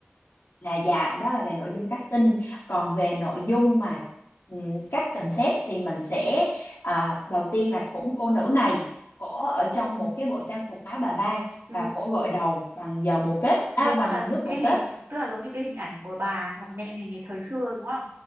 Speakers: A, on the left; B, on the right.
A: là dạ đó là về nội dung casting còn về nội dung mà ừm, các concept thì mình sẽ à, đầu tiên là cũng cô nữ này cổ ở trong một cái bộ trang phục áo bà ba
B: ừ.
A: và cổ gội đầu bằng dầu bồ kết à,
B: giống
A: bằng
B: như là
A: nước
B: cái
A: bồ kết
B: hình tức là giống như cái hình ảnh của bà hoặc mẹ mình ngày thời xưa đúng không